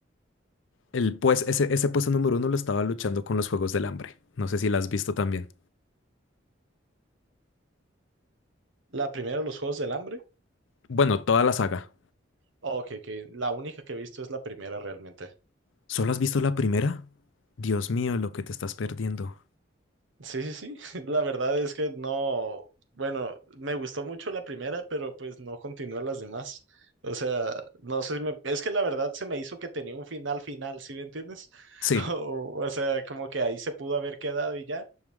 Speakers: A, on the left; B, on the right.
A: El pues, ese, ese puesto número uno lo estaba luchando con los Juegos del Hambre. No sé si la has visto también.
B: La primera, los Juegos del Hambre,
A: Bueno, toda la saga.
B: ok, que la única que he visto es la primera realmente.
A: ¿Solo has visto la primera? Dios mío, lo que te estás perdiendo.
B: Sí, sí, sí. <laughs> La verdad es que no, bueno, me gustó mucho la primera, pero pues no continué las demás. O sea, no sé, si me- es que la verdad se me hizo que tenía un final final, ¿sí me entiendes?
A: Sí,
B: <laughs> O, o sea, como que ahí se pudo haber quedado y ya.